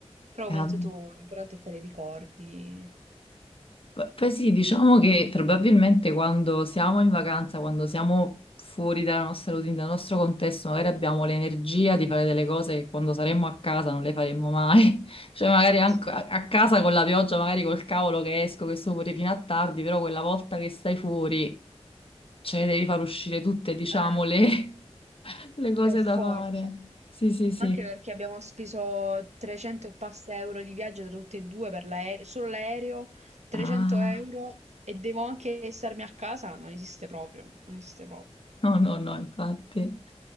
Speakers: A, on the right (about 85°); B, on the left (about 55°).
A: però come
B: Eh,
A: hai detto tu, l'importante è fare i ricordi,
B: p- poi sì, diciamo che probabilmente quando siamo in vacanza, quando siamo fuori dalla nostra routine, dal nostro contesto, magari abbiamo l'energia di fare delle cose che quando saremmo a casa non le faremmo mai. <laughs> Cioè, magari anche
A: Sì.
B: a a casa con la pioggia, magari col cavolo che esco, che sto pure fino a tardi, però quella volta che stai fuori. Cioè, devi far uscire tutte, diciamo,
A: Eh,
B: le, <laughs> le cose
A: per forza.
B: da fare. Sì, sì, sì.
A: Anche perché abbiamo speso 300 e passa euro di viaggio tra tutti e due per l'aereo, solo l'aereo, 300
B: Ah,
A: euro e devo anche starmi a casa, non esiste proprio, non esiste proprio.
B: no, no, no, infatti.